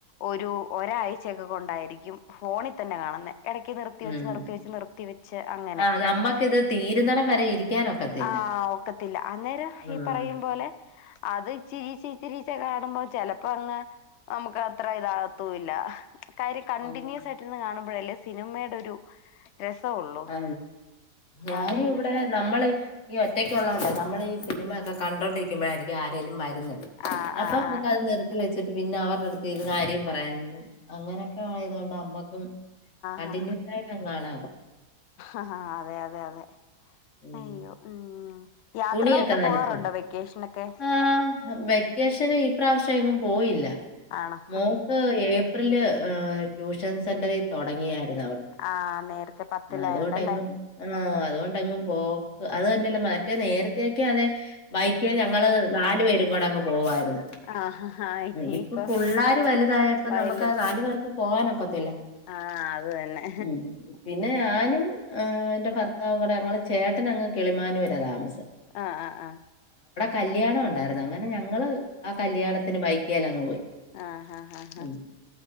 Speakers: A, on the left; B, on the left.
A: ഒരു ഒരാഴ്ചയക്കെ കൊണ്ടായിരിക്കും ഫോണിൽ തന്നെ കാണുന്ന ഇടക്ക് നിർത്തി
B: ഉം
A: വെച്ച് നിർത്തി വെച്ച് നിർത്തി വെച്ച് അങ്ങനെ
B: ആഹ് നമ്മക്കിത് തീരുന്നടം വരെ ഇരിക്കാനൊക്കത്തില്ല.
A: ആ ഒക്കത്തില്ല അന്നേരം
B: ഉം.
A: ഈ പറയയും പോോലെ അത് ചിരി സ്രിച്ച കാാഡൻ ചെപ്പോ അങ്ങ് നമുക്ക് അത്ര ഇതാകത്തല്ല കാര്യം കണ്ടിന്യൂസ്
B: ആഹ്
A: ആയിട്ട്ന്ന് കാണ്പ അല്ലേ സിനിമയുടെ ഒരു രസമുള്ളൂ
B: അ ഞാനും
A: അതില്ല
B: ഇവിടെ നമ്മള് ഈ ഒറ്റക്കള്ളതോണ്ട നമ്മള ഈ സിനിമയക്കെ കണ്ടിരിക്കുമോഴായിരിക്കും ആരേലും
A: ആ
B: അപ്പൊ
A: ആ
B: നമ്മുക്കത്
A: ആ
B: നിർത്തി വെച്ചിട്ട് പിന്നെ അവരുടെ അടുത്ത് ഇത് കാര്യം പറയാന അങ്ങനെയൊക്കെ ആയതുക കൊണ്ട് അമ്മക്കും കണ്ടിന്യൂസ്
A: ഹാ
B: ആയിട്ട കാണ
A: ആ അതെ അതെ അതെ
B: ഉം
A: അയ്യോ ഉം യാത്രകളൊക്കെ
B: തുണിയൊക്കെ നനച്ചോ?
A: പോകാറുണ്ടോ വെക്കേഷനൊക്കെ
B: ആഹ് വെക്കേഷന് ഈ പ്രാവശ്യം എങ്കും പോയില്ല
A: ആണോ
B: മോക്ക് ഏപ്രില് ആ.... <unintelligible> ട്യൂഷൻ സെന്ററി തുടങ്ങിയായിരുന്നു അവക്ക്
A: ആഹ് നേരത്തെ പത്തിലായോണ്ടല്ലേ
B: അതുകൊണ്ടങ്ങും ആ് അതുകൊണ്ടെങ്ങും പോക്ക് അത് തന്നെയല്ല റ്റ നേര േക്ക അത ബൈക്ക ഞങ്ങള് നാലു പേരും കൂടെ അങ്ങ് പോവമായിരുന്നു
A: ആഹ് ഹാ ഇനിയിപ്പോ
B: ഇപ്പൊ പിള്ളർ വലുതായപ്പോ
A: വയല്
B: നമുക്ക് നാലു പേർക്കും പോകാനൊക്കത്തില്ല
A: ആഹ് അത് തന്നെ
B: ഉ പിന്നെ ഞാനും ആ് എ്ന്റെ ഭർത്താവും കൂടെ ഞങ്ങൾ ചേട്ടന അങ്ങ് കളിമാന വരും ദാമസി
A: ആ ആ ആ
B: കല്യാണം ഉണ്ടായിരുന്നു അങ്ങനെ ഞങ്ങള് ആ കല്യാണത്തിന് ബൈക്കേലങ്ങ് പോയി
A: ആഹ് ഹാ ഹാ ഹാ
B: ഉ